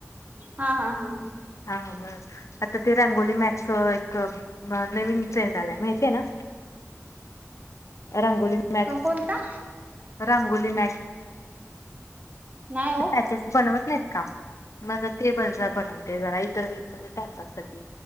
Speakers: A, on the right; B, on the left.
A: हा हा हा हा.
B: हा मग. आता ते रांगोली मॅटचं एक नवीन ट्रेंड आलाय माहितीय ना? रांगोली मॅट,
A: हा. कोणता?
B: रांगोली मॅट.
A: नाही हो
B: पॅचेस बनवत नाहीत का? मला टेबल जा बनव. ते झाला इथच पण लय टाईमपास करते.